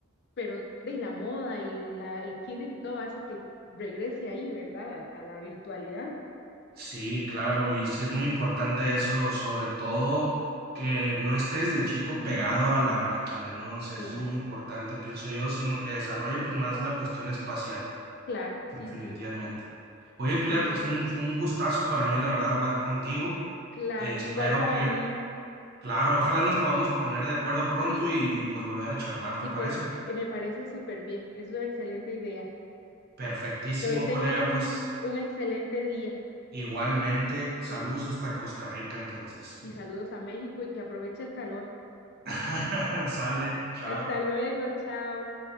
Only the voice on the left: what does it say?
pero de la moda y la, el kinder y todo hace que regrese ahí, ¿verdad? A, a la virtualidad.
Claro,
claro,
sí, sí.
Ay,
claro,
igual para
mí,
¿sí?
Y
pues eh, me parece súper bien, es una excelente idea.
Que hoy tenga
un, un excelente día
y saludos a México y que aproveche el calor.
Hasta luego, chao.